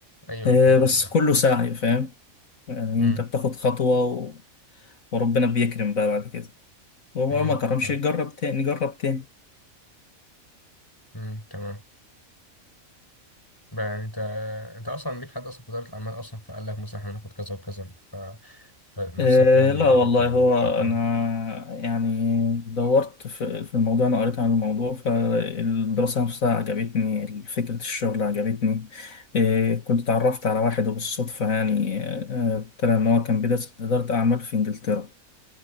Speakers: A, on the left; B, on the left.
A: ايوه
B: آه،
A: اكيد
B: بس
A: اه ده
B: كله سعي فاهم يعني
A: امم
B: انت بتاخد خطوه و- وربنا بيكرم بقى بعد كده وهو
A: امم
B: ما كرمش
A: تمام
B: يجرب تاني جرب تاني
A: امم تمام بقى يعني انت انت اصلا ليك حد اصلا في اداره الاعمال اصلا فقال لك مثلا احنا هناخد كذا وكذا ف... فنفسك
B: إيه
A: يعني
B: لا
A: راحت
B: والله
A: ناحية
B: هو
A: الكلام
B: أنا يعني دورت في في الموضوع أنا قريت عن الموضوع فالدراسة نفسها عجبتني فكرة الشغل عجبتني إيه كنت اتعرفت على واحد وبالصدفة يعني آه، طلع إن هو كان بيدرس إدارة أعمال في إنجلترا